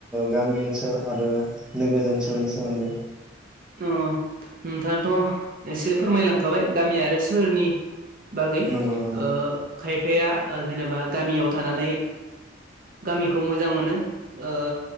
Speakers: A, in the centre; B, on the right.
A: गामि ओनसोल आरो नोगोर ओनसोलनि सोमोन्दै
B: ओ नोंथाङाथ' एसे फोरमायलांखाबाय गामि आरो सोहोरनि बागै
A: नंगौ नंगौ
B: ओ खायफाया जेनेबा गामियाव थानानै गामिखौ मोजां मोनो ओ